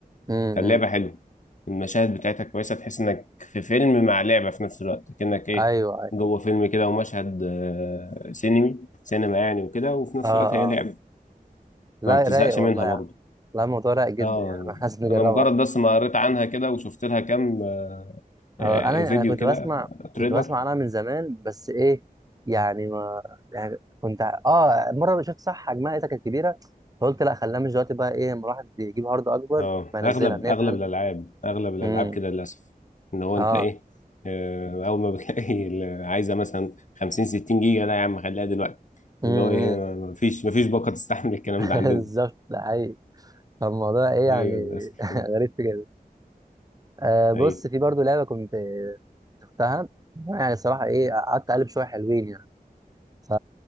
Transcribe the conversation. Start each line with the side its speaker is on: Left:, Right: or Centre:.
Right: امم
Left: فاللعبة حلوة المشاهد بتاعتها كويسة تحس انك في فيلم مع لعبة في نفس الوقت كأنك ايه
Right: ايوه ايوه
Left: جوه فيلم كده ومشهد آه، سينمي سينما يعني وكده وفي نفس
Right: اه
Left: الوقت هي
Right: اه
Left: لعبة
Right: لا
Left: فما بتزهقش
Right: رايق والله
Left: منها برضه
Right: لا الموضوع رايق جدا
Left: اه
Right: يعني احنا لازم نجربها
Left: انا مجرد
Right: دي
Left: بس ما قريت عنها كده وشفت لها كام
Right: آه،
Left: آه،
Right: انا
Left: فيديو
Right: انا كنت
Left: كده
Right: بسمع
Left: آه، تريلر
Right: كنت بسمع عنها من زمان بس ايه يعني ما يعني كنت ع- اه مره شفت صح حجمها ايه كانت كبيره فقلت لا خليها مش دلوقتي بقى ايه لما الواحد يجيب هارد اكبر
Left: اه
Right: فينزلها
Left: اغلب
Right: ان هي
Left: اغلب
Right: فعلا
Left: الالعاب اغلب الالعاب
Right: امم
Left: كده للاسف ان هو
Right: اه
Left: انت ايه آه، اول ما بتلاقي ال- عايزه مثلا 50 60 جيجا لا يا عم خليها دلوقتي
Right: امم
Left: اللي هو ايه مفيش مفيش باقه تستحمل الكلام
Right: <laughs>
Left: ده عندنا
Right: بالظبط ده حقيقي فالموضوع ايه يعني
Left: ايوه للاسف
Right: <laughs> غريب في كده آه بص
Left: ايوه
Right: في برضو لعبه كنت شفتها يعني الصراحه ايه قعدت اقلب شويه حلوين يعني ف